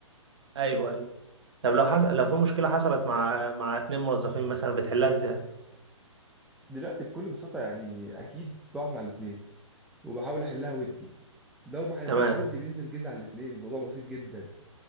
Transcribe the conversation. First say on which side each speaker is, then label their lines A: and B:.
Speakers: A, on the right; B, in the centre.
A: ايوه ايوه طب لو حصل لو في مشكله حصلت مع مع اتنين موظفين مثلا بتحلها ازاي
B: دلوقتي بكل بساطه يعني اكيد بقعد مع الاثنين وبحاول احلها ودي لو ما حلتهاش
A: تمام
B: ودي بينزل جيز على الاثنين الموضوع بسيط جدا